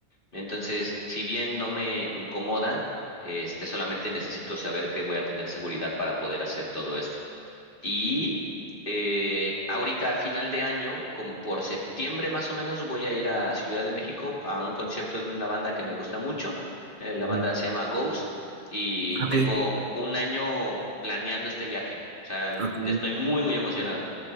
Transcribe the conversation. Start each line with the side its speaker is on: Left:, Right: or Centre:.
Left: Entonces, si bien no me incomoda, este solamente necesito saber que voy a tener seguridad para poder hacer todo esto. Y eh, ahorita a final de año, como por septiembre más o menos, voy a ir a Ciudad de México a un concierto de una banda que me gusta mucho. Eh, la banda
Right: ujú,
Left: se llama Ghost y
Right: Ok,
Left: tengo un año planeando este viaje. O sea,
Right: ok,
Left: estoy muy, muy emocionado.